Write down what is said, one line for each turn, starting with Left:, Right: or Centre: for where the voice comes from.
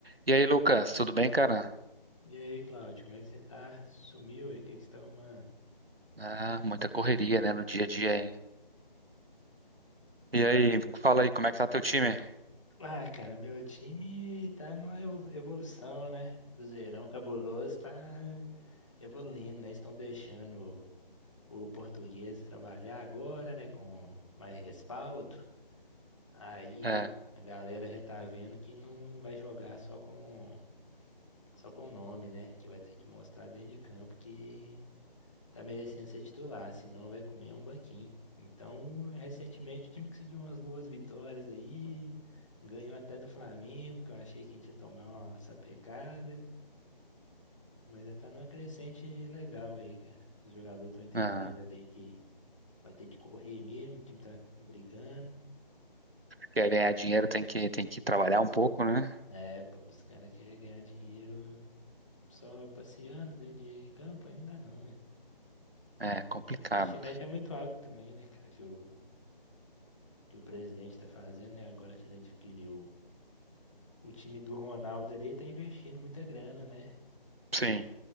Right: E aí, Lucas, tudo bem, cara?
Left: E aí, Cláudio, como é que você tá? Sumiu e o que que você tá arrumando?
Right: Ah, muita correria, né, no dia a dia, hein? E aí, fala aí, como é que tá teu time?
Left: Ah, cara, meu time tá numa evo- evolução, né? Cruzeirão cabuloso tá evoluindo, né? Estão deixando o português trabalhar agora, né? Com mais respaldo. Aí
Right: É,
Left: a galera já tá vendo que não vai jogar só com só com o nome, né? Que vai ter que mostrar dentro de campo que tá merecendo ser titular, senão vai comer um banquinho. Então, recentemente o time conseguiu umas boas vitórias aí, ganhou até do Flamengo, que eu achei que a gente ia tomar uma sapecada, mas já tá numa crescente legal aí, cara. Os jogadores estão entendendo
Right: ah,
Left: ali que vai ter que correr mesmo, o time tá brigando.
Right: quer ganhar dinheiro tem que, tem que trabalhar um pouco, né?
Left: É, pô, os caras querem ganhar dinheiro só passeando dentro de campo, aí não dá não, ué.
Right: É complicado.
Left: E o investimento é muito alto também, né, cara, que o, que o presidente tá fazendo, né, agora que ele adquiriu o time do Ronaldo ali tá investindo muita grana, né?
Right: Sim,